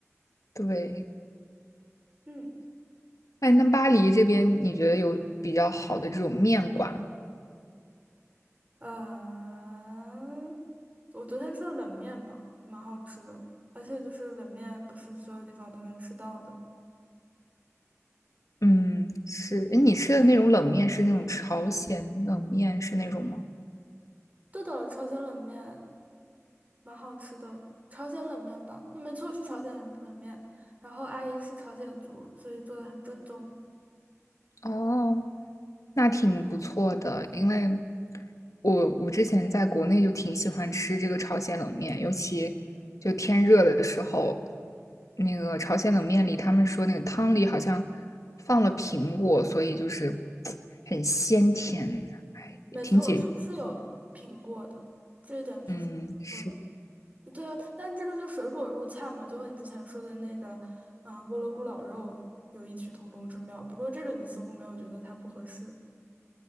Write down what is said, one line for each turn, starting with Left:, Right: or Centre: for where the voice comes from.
Left: 对，
Right: 嗯，
Left: 哎，那巴黎这边你觉得有比较好的这种面馆吗
Right: 啊，我昨天吃了冷面嘛，蛮好吃的，而且就是冷面不是所有地方都能吃到的。
Left: 嗯，是，哎，你吃的那种冷面是那种朝鲜冷面是那种吗？
Right: 对的，朝鲜冷面蛮好吃的，朝鲜冷面吧，没错是朝鲜冷面。然后阿姨是朝鲜族，所以做的很正宗。
Left: 哦，那挺不错的，因为我我之前在国内就挺喜欢吃这个朝鲜冷面，尤其就天热的时候，那个朝鲜冷面里他们说那个汤里好像放了苹果，所以就是 <tsk> 很鲜甜，哎，
Right: 没错，
Left: 也挺解，
Right: 我是是有评过的，这一点确实挺不错的。
Left: 嗯，是。
Right: 对啊，但这个就水果入菜嘛，就和你之前说的那个，嗯、菠萝咕咾肉有异曲同工之妙。不过这个你似乎没有觉得它不合适。